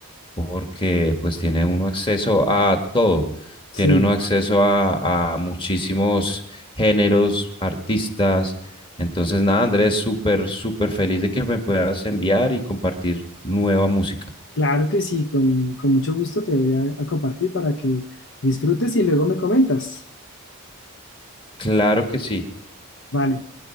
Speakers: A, on the left; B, on the left.
A: porque pues tiene uno acceso a todo.
B: <laughs>
A: Tiene
B: sí,
A: uno acceso a, a muchísimos géneros, artistas. Entonces, nada, Andrés, súper, súper feliz de que me puedas enviar y compartir nueva música.
B: claro que sí, con, con mucho gusto te voy a, a compartir para que disfrutes y luego me comentas.
A: Claro que sí.
B: Vale,